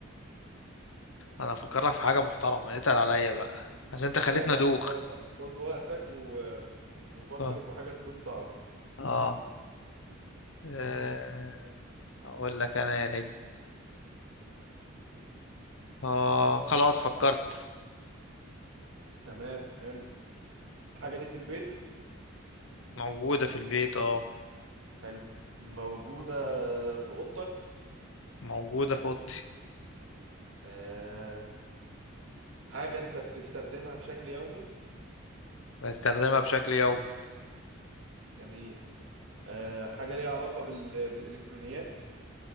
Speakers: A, on the left; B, on the right.
A: انا افكرك في حاجة محترمة اتقل عليا بقى عشان انت خليتنا
B: لا لا
A: دوخ
B: خد وقتك خد وقتك و... وفكر
A: اه
B: في حاجة تكون صعبة
A: اه آه، اقول لك انا يا نجم اه خلاص فكرت
B: تمام حلو الحاجة دي في البيت
A: موجودة في البيت اه
B: حلو موجودة في أوضتك
A: موجودة في اوضتي
B: آه حاجة أنت بتستخدمها بشكل يومي
A: بستخدمها بشكل يومي
B: جميل آه حاجة ليها علاقة بال... بالإلكترونيات